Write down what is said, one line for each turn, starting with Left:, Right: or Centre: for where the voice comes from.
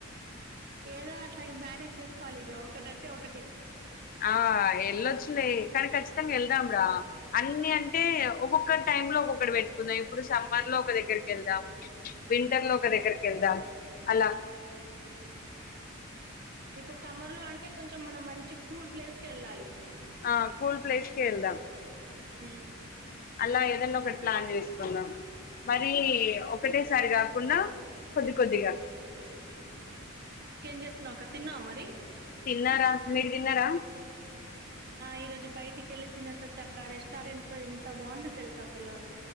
Right: ఏదో అట్లాగ మ్యానేజ్ చేసుకోవాలి ఇగ ఒకటంటే ఒకటి.
Left: ఆహ్ వెళ్ళొచ్చులే కానీ ఖచ్చితంగా వెళ్దాం రా అన్ని అంటే ఒక్కొక్క. టైం లో ఒకొక్కటి పెట్టుకుందాం ఇప్పుడు సమ్మర్లో ఒక దగ్గరికి వెళ్దాం వింటర్లో ఒక దగ్గరికి వెళ్దాం. అలా.
Right: ఇప్పుడు సమ్మర్‌లో అంటే కొంచెం మనం మంచి కూల్ ప్లేస్ కెళ్ళాలి.
Left: ఆహ్ కూల్ ప్లేస్ కేళ్దాం.
Right: హుమ్.
Left: అలా ఏదన్న ఒకటి ప్లాన్ చేసుకుందాం. మరి ఒకటేసారి కాకుండా కొద్ది కొద్దిగా.
Right: ఇంకేం చేస్తున్నవక్క తిన్నావా మరి.
Left: తిన్నారా మీరు తిన్నారా.
Right: ఆహ్ ఈ రోజు బయటికెళ్ళి తినేసోచ్చక్కా రెస్టారెంట్ లో ఎంత బాగుందో తెలుస అసలు.